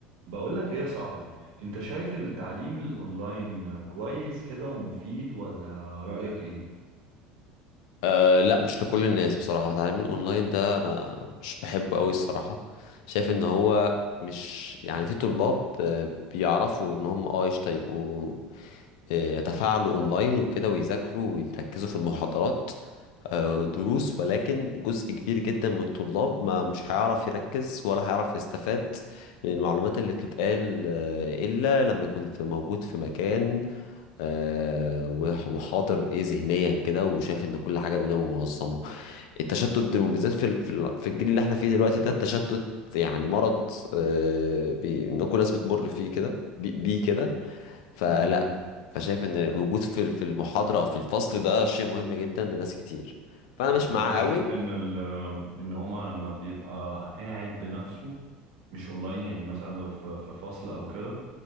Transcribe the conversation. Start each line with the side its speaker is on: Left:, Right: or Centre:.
Right: بقول لك ايه يا صاحبي انت شايف التعليم الاونلاين كويس كده ومفيد ولا رأيك ايه
Left: أه لا مش لكل الناس بصراحة تعليم الأونلاين ده أنا مش بحبه أوي الصراحة شايف إن هو مش يعني في طلاب آه، بيعرفوا إن هم اه قشطة يبقوا آه، يتفاعلوا أونلاين وكده ويذاكروا ويركزوا في المحاضرات آه، والدروس ولكن جزء كبير جدا من الطلاب ما مش هيعرف يركز ولا هيعرف يستفاد من المعلومات اللي بتتقال آه، إلا لما يكون في موجود في مكان آه، وح- وحاضر ايه ذهنيا كده وشايف ان كل حاجه قدامه منظمه التشتت ده وبالذات في ال- في ال- في الجيل اللي احنا فيه دلوقتي ده التشتت يعني مرض آه، بي- ان كل الناس بتمر فيه كده بي- بيه كده
Right: <laughs>
Left: فلا
Right: م-
Left: فشايف ان الوجود في ال- في المحاضره او في الفصل ده شيء مهم جدا لناس كتير فانا مش
Right: م.
Left: معاه
Right: انت شايف
Left: قوي
Right: ان ال ان هما لما بيبقى قاعد بنفسه مش اونلاين يعني مثلا لو في في فصل او كده